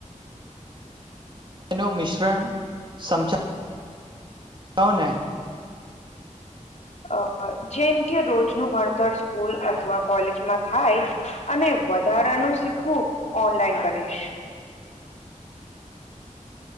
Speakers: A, on the right; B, on the left.
A: તેનું મિશ્રણ સમજાય કવને.
B: અ જેમ કે રોજનું ભણતર, સ્કૂલ અથવા કોલેજ માં થાય, અને વધારા નું શીખવું, ઓનલાઈન કરીશ.